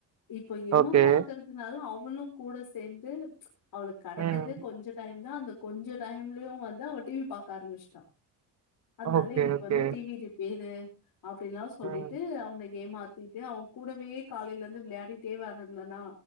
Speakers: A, on the left; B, on the right.
A: என் பையனும்
B: ஓகே
A: பாக்கறதுனால அவுங் அவளும் கூட சேந்து ச் அவளுக்கு கெடைக்கறதே
B: ம்
A: கொஞ்ச டைம் தா அந்த கொஞ்ச டைம்லயும் வந்து அவ டி வி பாக்க ஆரம்பிச்ட்டா அதுனால
B: ஓகே,
A: இன்னைக்கி
B: ஓகே.
A: வந்து டி வி ரிப்பேரு அப்டின்லாம் சொல்லிட்டு
B: ம்.
A: அவன கேம் ஆ சுத்திட்டு அவன் கூடவே காலேல இருந்து விளையாடிட்டே வேற இருந்தனா